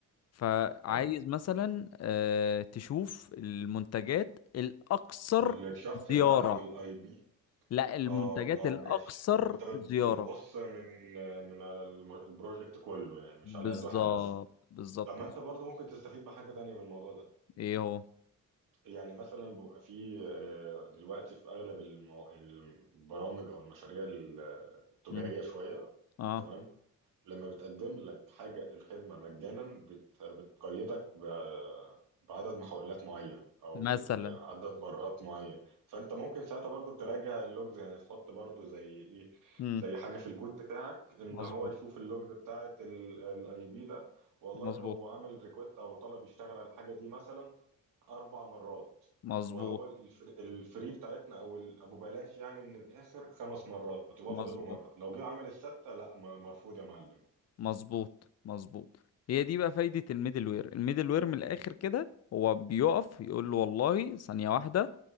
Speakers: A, on the left; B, on the right.
A: فعايز
B: حلو
A: مثلا آه تشوف المنتجات الاكثر
B: الشخص
A: زيارة
B: ده او الاي بي
A: لا المنتجات
B: اه
A: الاكثر
B: اه ماشي انت بت-
A: زيارة
B: بتبص من من على الم- البروجكت كله يعني مش
A: بالظبط
B: على قد واحد بس
A: بالظبط
B: طب ما انت برضه ممكن تستفيد بحاجة تانية من الموضوع ده
A: ايه هو
B: يعني مثلا بيبقى فيه آه، دلوقتي في اغلب المو... البرامج او المشاريع ال- التجارية
A: مم.
B: شوية
A: اه
B: تمام لما بتقدم لك حاجة الخدمة مجانا بت... بتقيدك ب... بعدد محاولات معين أو
A: مثلا
B: بعدد مرات معين فأنت ممكن ساعتها برضو تراجع اللوجز يعني تحط برضو زي إيه
A: مم.
B: زي حاجة في الكود بتاعك إن
A: مظبوط
B: هو يشوف اللوجز بتاعة الاي بي ده والله
A: مظبوط
B: هو عمل ريكوست أو طلب يشتغل على الحاجة دي مثلا أربع مرات
A: مظبوط
B: وهو الفر- الفري بتاعتنا او ال- ابو بلاش يعني من الاخر خمس مرات يبقى
A: مظبوط
B: فاضل له مره لو جه عمل السته لا م- مرفوض يا معلم
A: مظبوط مظبوط هي دي بقى فايدة الميدل وير الميدل وير من الآخر كده هو بيقف يقول له والله ثانية واحدة